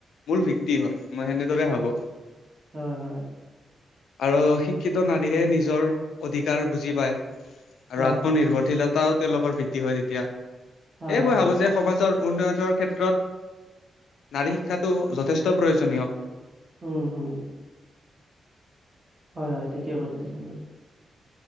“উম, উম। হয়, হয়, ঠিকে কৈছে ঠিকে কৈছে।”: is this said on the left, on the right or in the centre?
Right